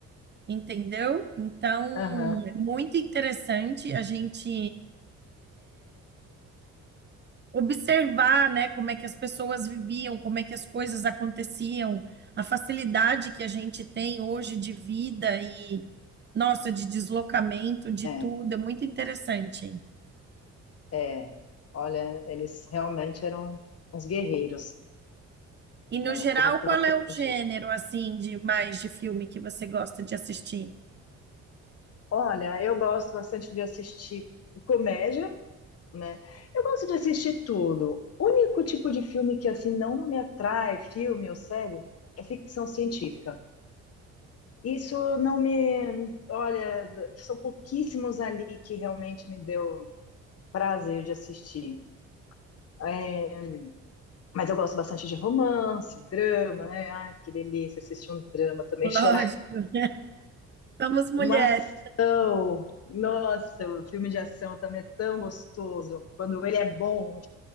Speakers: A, on the right; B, on the left.
A: entendeu? Então,
B: Aham,
A: é muito interessante a gente observar, né, como é que as pessoas viviam, como é que as coisas aconteciam, a facilidade que a gente tem hoje de vida e, nossa, de deslocamento, de
B: é,
A: tudo, é muito interessante.
B: é. Olha, eles realmente eram uns guerreiros,
A: E no
B: né?
A: geral,
B: Como o próprio
A: qual é o gênero
B: diz.
A: assim de mais de filme que você gosta de assistir?
B: Olha, eu gosto bastante de assistir comédia, né? Eu gosto de assistir tudo. O único tipo de filme que assim não me atrai, filme ou série, é ficção científica. Isso não me, olha, são pouquíssimos ali que realmente me deu prazer de assistir. É, Mas eu gosto bastante de romance, drama, né? Ai, que delícia assistir um drama também,
A: Lógico.
B: <laughs> chorar.
A: Vamos, mulher.
B: Uma ação. Nossa, o filme de ação também é tão gostoso. Quando ele é bom.